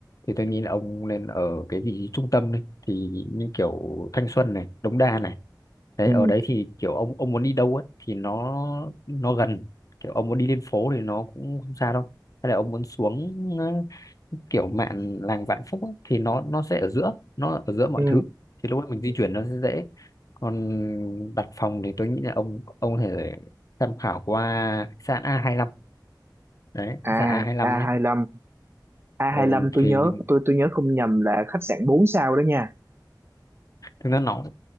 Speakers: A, on the left; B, on the right.
A: thì tôi nghĩ là ông nên ở cái vị trí trung tâm đi thì như kiểu Thanh Xuân này, Đống Đa này. Đấy
B: ừ
A: ở đấy thì kiểu ông ông muốn đi đâu ấy thì nó nó gần. Kiểu ông muốn đi lên phố thì nó cũng không xa đâu. Hay là ông muốn xuống ờ, kiểu mạn làng Vạn Phúc ấy, thì nó nó sẽ ở giữa, nó ở giữa mọi
B: ừ
A: thứ. Thì lúc đó mình di chuyển nó sẽ dễ. Còn đặt phòng thì tôi nghĩ là ông ông có thể tham khảo qua khách sạn a hai lăm, đấy
B: à
A: khách sạn A25
B: a hai lăm a
A: ừ,
B: hai lăm tôi
A: thì
B: nhớ tôi tôi nhớ không nhầm là khách sạn 4 sao đó nha
A: thực ra nó